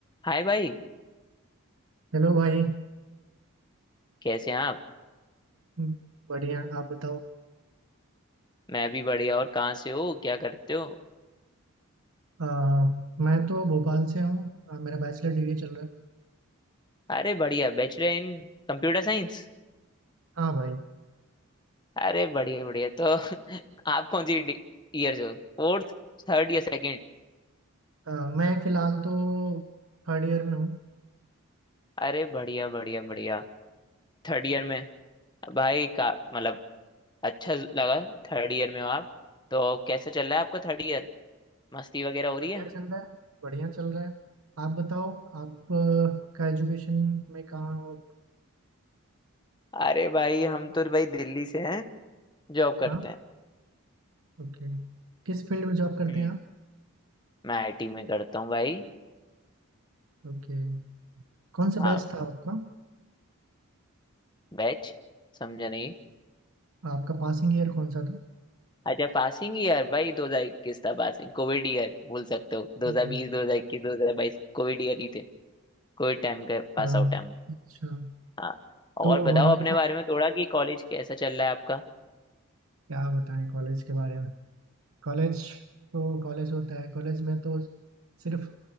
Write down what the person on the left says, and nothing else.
हाय भाई
कैसे हैं आप
मैं भी बढ़िया और कहाँ से हो क्या करते हो
अरे बढ़िया बैचलर इन कंप्यूटर साइंस
अरे बढ़िया बढ़िया तो <laughs> आप कौन सी ईयर से हो फोर्थ थर्ड या सेकंड
अरे बढ़िया बढ़िया बढ़िया थर्ड ईयर में भाई का मतलब अच्छा लगा थर्ड ईयर में हो आप तो कैसा चल रहा है आपका थर्ड ईयर मस्ती वगैरह हो रही
है
अरे भाई हम तो भाई दिल्ली से हैं जॉब करते
हैं
हम्म
मैं आईटी में करता हूँ भाई
हाँ
बैच समझा नहीं
अच्छा पासिंग ईयर भाई 2021 था पासिंग कोविड ईयर बोल सकते हो 2020
2021 2022 कोविड ईयर ही थे कोविड टाइम का पास
आउट टाइम
हाँ
और बताओ
अपने बारे में थोड़ा कि कॉलेज कैसा चल रहा है आपका